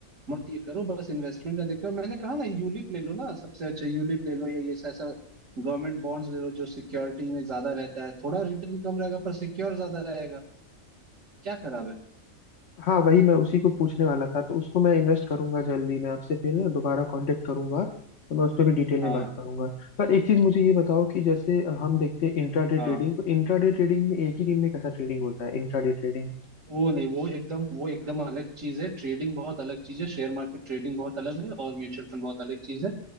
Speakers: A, on the right (about 65°); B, on the left (about 55°).
A: मत ये करो बस इन्वेस्टमेंट का देखते हो मैंने कहा ना यूलिप ले लो ना सबसे अच्छा यूलिप ले लो या ये ऐसा गवर्नमेंट बॉन्ड्स ले लो जो सिक्योरिटी में ज्यादा रहता है थोड़ा रिटर्न कम रहेगा पर सिक्योर ज्यादा रहेगा क्या खराब है
B: हाँ वही मैं उसी को पूछने वाला था तो उसको मैं इन्वेस्ट करूंगा जल्दी मैं आपसे फिर ना दोबारा कांटेक्ट करूंगा तो मैं उस पर भी डिटेल में
A: हाँ
B: बात करूंगा पर एक चीज मुझे ये बताओ कि जैसे हम देखते हैं इंट्राडे
A: हाँ
B: ट्रेडिंग तो इंट्राडे ट्रेडिंग में एक ही दिन में कैसा ट्रेडिंग होता है इंट्राडे ट्रेडिंग
A: वो नहीं वो एकदम वो एकदम अलग चीज है ट्रेडिंग बहुत अलग चीज है शेयर मार्केट ट्रेडिंग बहुत अलग है और म्यूचुअल फंड बहुत अलग चीज है